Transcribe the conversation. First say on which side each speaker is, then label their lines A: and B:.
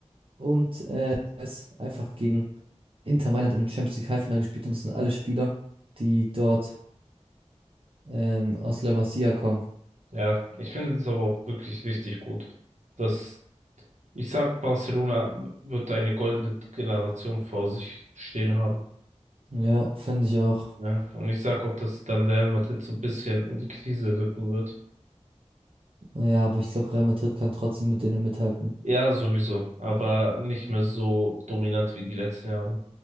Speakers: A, on the right; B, on the right.
A: und äh, es einfach gegen Inter Mailand im Champions League Halbfinale gespielt und das sind alle Spieler, die dort Ähm, aus La Masia kommen.
B: Ja, ich finde es aber auch wirklich richtig gut, dass ich sag, Barcelona wird eine goldene Generation vor sich stehen haben.
A: Ja, finde ich auch.
B: Ja, und ich sag auch, dass dann Real Madrid so ein bisschen in die Krise rücken wird.
A: ja aber ich glaube, Real Madrid kann trotzdem mit denen mithalten.
B: Ja, sowieso, aber nicht mehr so dominant wie die letzten Jahre.